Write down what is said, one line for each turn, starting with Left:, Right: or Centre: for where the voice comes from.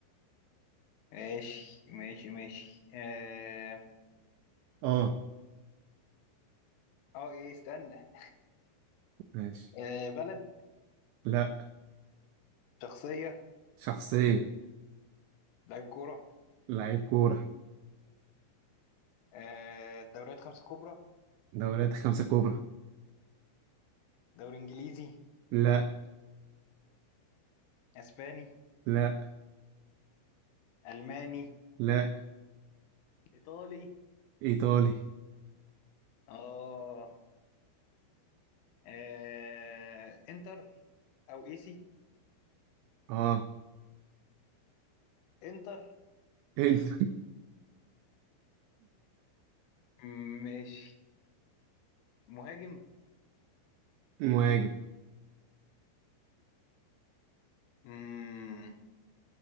Left: ماشي ماشي ماشي اه
Right: اه
Left: آه، ايه استنى
Right: ماشي
Left: آه بلد
Right: لا
Left: شخصية
Right: شخصيه
Left: لعيب كورة
Right: لعيب كوره
Left: آه دوريات خمسة كبرى
Right: دوريات خمسه كبرى
Left: دوري انجليزي
Right: لا
Left: اسباني
Right: لا
Left: الماني
Right: لا
Left: ايطالي
Right: ايطالي
Left: اه, آه انتر او ايسي
Right: اه
Left: انتر
Right: انت
Left: مم، ماشي مهاجم
Right: <laughs> مهاجم
Left: مم،